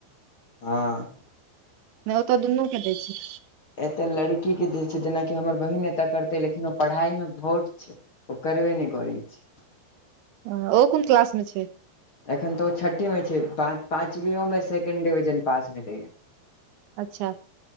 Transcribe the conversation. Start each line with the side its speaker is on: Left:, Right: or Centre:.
Left: हँ
Right: नहि ओतऽ दुन्नू के दै छै
Left: एतय लड़की के दै छै जेनाकि हमर बहिन एतऽ करतै लेकिन ओ पढ़ाई मे भोथ छै ओ करबे नहि करै छै
Right: ह ओ कोन क्लास मे छै
Left: एखन तऽ ओ छठ्ठिमे छै पाँचवीओमे सेकेंड डिविजन पास भेलैए
Right: अच्छा